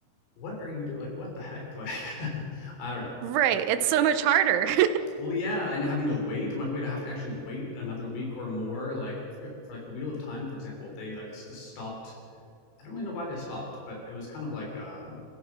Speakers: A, on the left; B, on the right.
A: what are you doing? Like what the heck? Like <laughs> I don't know.
B: Right. It's so much harder. <laughs>
A: Well, yeah, and having to wait. I'm like, wait, I have to actually wait another week or more. Like for, for like the Wheel of Time, for example, they like just stopped I don't really know why they stopped, but it was kind of like um,